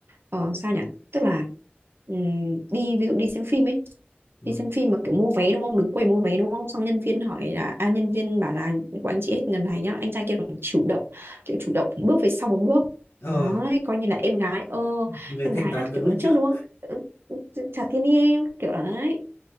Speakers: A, on the right (about 70°); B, on the left (about 80°).
A: ờ, sao nhỉ tức là ừm, đi ví dụ đi xem phim ấy
B: Ừ.
A: đi xem phim mà kiểu mua vé đúng không đứng quầy mua vé đúng không xong nhân viên hỏi là à, nhân viên bảo là của anh chị hết ngần này nhá anh trai kia còn chủ động kiểu chủ động bước về sau một bước
B: ờ
A: đấy coi như là em gái ơ
B: người
A: em
B: thanh
A: gái
B: toán
A: là
B: đứng
A: kiểu đứng
B: lên trước
A: trước đúng không Ừ, chả thiên đi em kiểu đấy